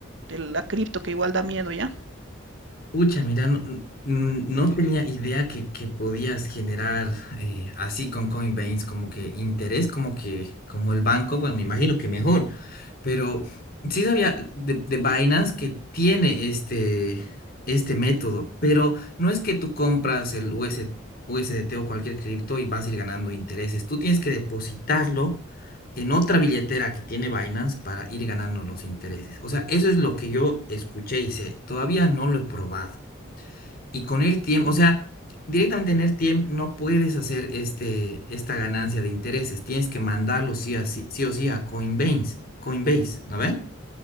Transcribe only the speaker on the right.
de la cripto que igual da miedo ya.